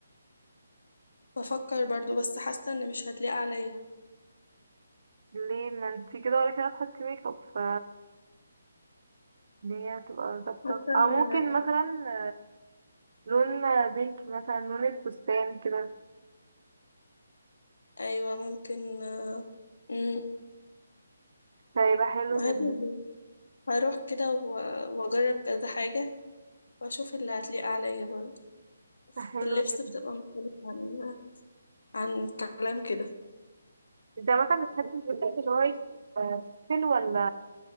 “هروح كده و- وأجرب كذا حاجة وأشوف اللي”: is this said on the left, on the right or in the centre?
Left